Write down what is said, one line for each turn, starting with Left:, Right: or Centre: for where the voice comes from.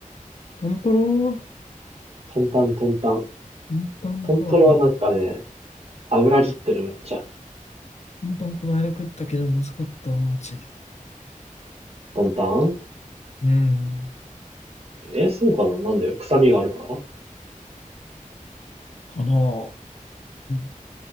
Left: トントロ
Right: トンタン、トンタン。
Left: トントンか。
Right: トントロはなんかね、
Left: ト
Right: 油切ってるめっちゃ。
Left: ントンこの間食ったけどまずかったわ、マジで。
Right: トンタン
Left: うん。
Right: えー、そうかななんで臭みがあるから
Left: かなあ。うん。